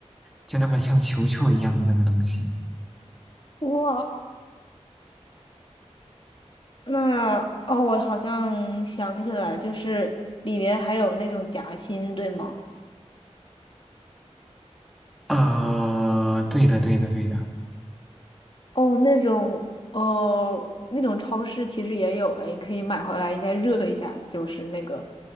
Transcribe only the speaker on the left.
哇，那哦，我好像想起来，就是里面还有那种夹心，对吗？
哦，那种哦，那种超市其实也有，哎，你可以买回来，应该热一下，就是那个